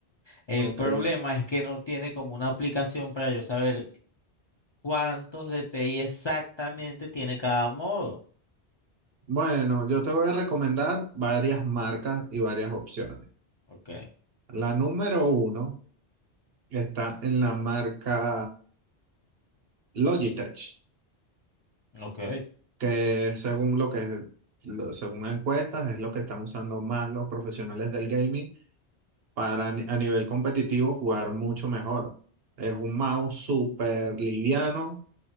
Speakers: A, on the left; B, on the right.
A: El
B: Ok.
A: problema es que no tiene como una aplicación para yo saber cuántos DPI exactamente tiene cada modo.
B: Bueno, yo te voy a recomendar varias marcas y varias opciones.
A: Ok,
B: La número uno está en la marca Logitech,
A: ok.
B: que según lo que lo- según encuestas es lo que están usando más los profesionales del gaming para ni- a nivel competitivo jugar mucho mejor. Es un mouse súper liviano,